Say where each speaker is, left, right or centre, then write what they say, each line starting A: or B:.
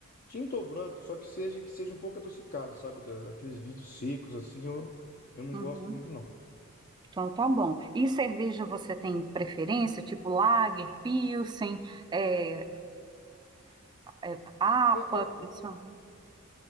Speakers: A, on the left; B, on the right.
A: tinto ou branco, só que seja que seja um pouco adocicado, sabe? Da- Daqueles vinhos secos assim, eu, eu não
B: Uhum,
A: gosto muito não.
B: então tá bom. E cerveja você tem preferência, tipo lager, pilsen? é, É, é apa,
A: Né, eu- eu-
B: funciona.